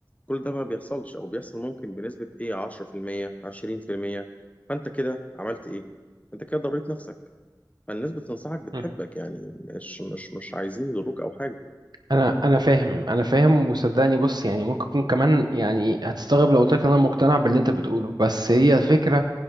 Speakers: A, on the left; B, on the right.
A: كل ده ما بيحصلش او بيحصل ممكن بنسبه ايه 10% 20% فانت كده عملت ايه انت كده ضريت نفسك فالناس بتنصحك بتحبك
B: <laughs>
A: يعني مش مش مش عايزين يضروك او حاجه
B: انا انا فاهم انا فاهم وصدقني بص يعني ممكن يكون كمان يعني هتستغرب لو قلت لك إن انا مقتنع باللي انت بتقوله بس هي الفكره